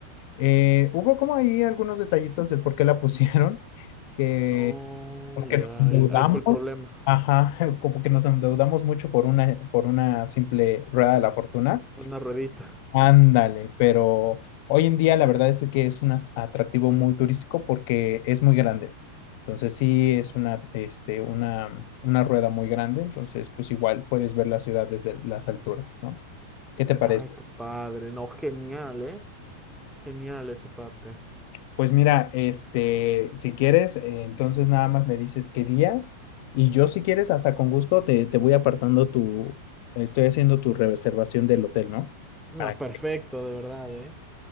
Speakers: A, on the left; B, in the centre.
A: eh, hubo como ahí algunos detallitos de por qué la pusieron, <laughs> que
B: No,
A: como que
B: ya,
A: nos endeudamos,
B: ahí ahí fue el problema,
A: ajá, <laughs> como que nos endeudamos mucho por una, por una simple rueda de la fortuna.
B: una ruedita.
A: Ándale, pero hoy en día la verdad es que es un as- atractivo muy turístico porque es muy grande. Entonces sí es una, este, una, una rueda muy grande, entonces pues igual puedes ver la ciudad desde las alturas, ¿no? ¿Qué te parece?
B: Ay, qué padre, no, genial, ¿eh? Genial esa parte.
A: Pues mira, este, si quieres, eh, entonces nada más me dices qué días y yo si quieres hasta con gusto te, te voy apartando tu, estoy haciendo tu reservación del hotel, ¿no?
B: No,
A: Para...
B: perfecto, de verdad, ¿eh?